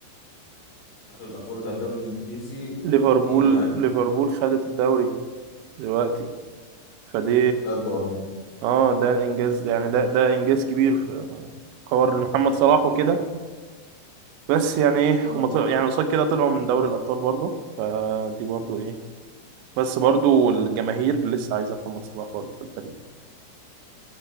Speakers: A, on the left; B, on the right.
A: اخر الاخبار بتاع الدوري الانجليزي
B: ليفربول
A: اكيد يعني
B: ليفربول خدت الدوري دلوقتي فدي
A: بجد والله
B: اه ده الانجاز يعني ده ده انجاز كبير في حوار محمد صلاح وكده بس يعني ايه
A: اه
B: هم طلعوا يعني قصاد كده طلعوا من دوري الابطال برضو فدي برضو ايه بس برضو الجماهير لسه عايزه محمد صلاح برضو في الفريق